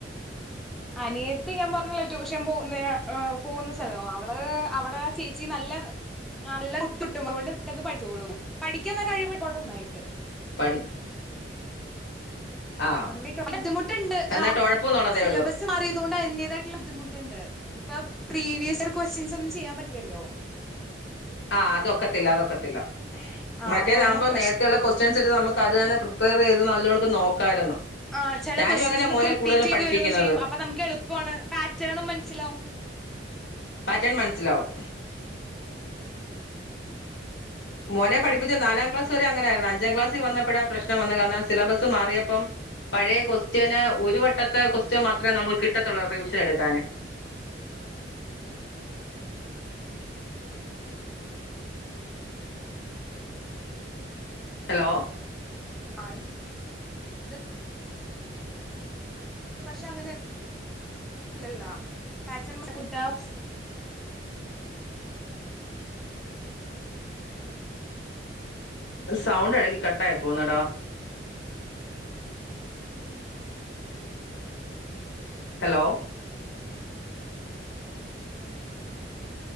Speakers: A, in the centre; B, on the left.
A: അനിയത്തി ഞാൻ പറഞ്ഞില്ലെ ട്യൂഷൻ പോന്ന അ പോന്ന സലം അവള് അവടെ ചേച്ചി നല്ല നല്ല കുത്ത് കിട്ടും അത് കൊണ്ട് പെട്ടെന്ന് പഠിച്ചോളും, പഠിക്കാനുള്ള കഴിവുണ്ട് <unintelligible> നന്നായിട്ട്.
B: പഠി ആ
A: നന്നായിട്ട് ബുദ്ധിമുട്ട് ഇണ്ട്
B: നന്നായിട്ട്
A: ആ
B: ഉഴപ്പുന്നുള്ളതേ
A: സിലബസ്
B: ഉള്ളൂ
A: മാറിയതു കൊണ്ട് അതിൻ്റെതായിട്ടുള്ള ബുദ്ധിമുട്ട്ണ്ട് ഇപ്പം പ്രീവിയസർ ക്വസ്റ്റിയൻസ് ഒന്നും ചെയ്യാൻ പറ്റില്ലല്ലോ.
B: ആ അതൊക്കത്തില്ല അതൊക്കത്തില്ല.
A: ആഹ്
B: മറ്റേതാകുമ്പോ
A: അതാണ് പ്രശ്നം
B: നേരത്തെ ഒള്ള ക്വസ്റ്റിയൻസ് ഇട്ട് നമ്മക്ക് അത് തന്നെ പ്രിപ്പേയർ ചെയ്ത് നല്ലോണിക്ക് നോക്കായിരുന്നു,
A: ആഹ് ചില
B: ഞാനും
A: ക്വസ്റ്റ്യൻസ്
B: അങ്ങനെ
A: നമുക്ക്
B: മോനെ
A: റിപ്പീറ്റ്
B: കൂടുതലും
A: ചെയ്ത്
B: പഠിപ്പിക്കുന്നത്.
A: വരും ചെയ്യും അപ്പൊ നമുക്ക് എളുപ്പമാണ് പാറ്റേണും മനസ്സിലാവും
B: പാറ്റേൺ മനസ്സിലാകും. മോനെ പഠിപ്പിച്ചു നാലാം ക്ലാസ് വരെ അങ്ങനെയായിരുന്നു അഞ്ചാം ക്ലാസിൽ വന്നപ്പഴ പ്രശ്നം വന്നത്, കാരണം സിലബസ് മാറിയപ്പം പഴയ ക്വസ്റ്റിയന് ഒരു വട്ടത്തെ ക്വസ്റ്റിയൻ മാത്ര നമുക്ക് കിട്ടത്തൊള്ളൂ റിവിഷൻ എടുക്കാന്. ഹലോ
A: ആയി ഇത് പക്ഷേ അങ്ങനെ ലല്ലല്ലോ പാറ്റേൺ മാറ്റി ടാസ്
B: സൗണ്ട് എടയ്ക്ക് കട്ടായി പോന്നടാ. ഹലോ